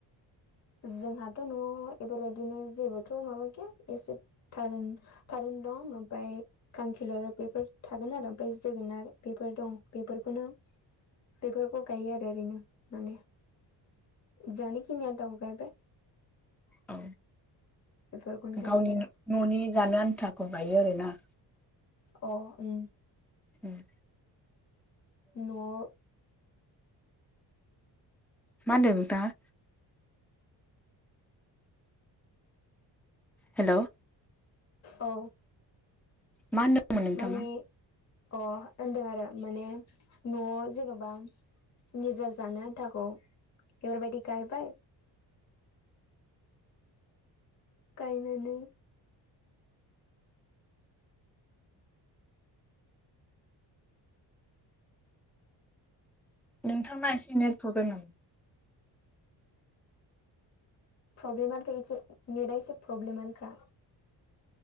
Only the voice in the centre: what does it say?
औ
गावनि
न'नि जानो आन्थाखौ गायो आरोना?
उम
मा होनदों नोंथांहा हेलौ
मा होनदोंमोन नोंथाङा
नोंथाङा एसे नेट प्रब्लेम नामा?